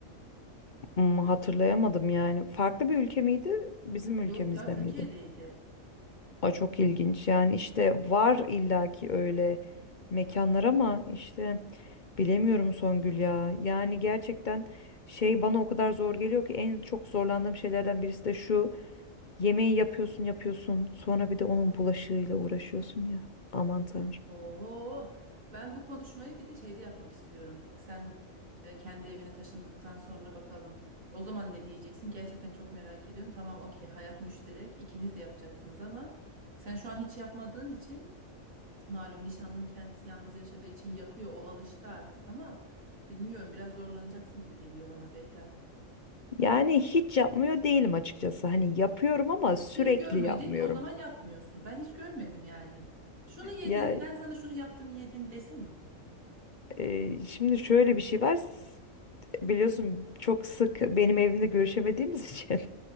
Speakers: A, on the left; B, on the right.
A: Hmm, hatırlayamadım yani. Farklı bir ülke miydi? Bizim ülkemizde
B: Yok ya Türkiye'deydi.
A: miydi? Aa, çok ilginç yani işte var illaki öyle mekanlar ama işte bilemiyorum Songül ya. Yani gerçekten şey bana o kadar zor geliyor ki en çok zorlandığım şeylerden birisi de şu yemeği yapıyorsun yapıyorsun sonra bir de onun bulaşığıyla uğraşıyorsun ya aman tanrım.
B: Oo, ben bu konuşmayı bir de şeyde yapmak istiyorum. Sen e, kendi evine taşındıktan sonra bakalım. O zaman ne diyeceksin? Gerçekten çok merak ediyorum. Tamam, okey. Hayat müşterek. İkiniz de yapacaksınız ama sen şu an hiç yapmadığın için malum nişanlının kendisi yalnız yaşadığı için yapıyor. O alıştı artık ama bilmiyorum biraz zorlanacaksın gibi geliyor bana Beyda.
A: Yani hiç yapmıyor değilim açıkçası hani yapıyorum ama sürekli
B: Biz görmedik,
A: yapmıyorum.
B: o zaman yapmıyorsun. Ben hiç görmedim yani. Şunu yedin,
A: Ya
B: ben sana şunu yaptım yedin desene bir.
A: e, şimdi şöyle bir şey var S- biliyorsun çok sık benim evimde görüşemediğimiz için.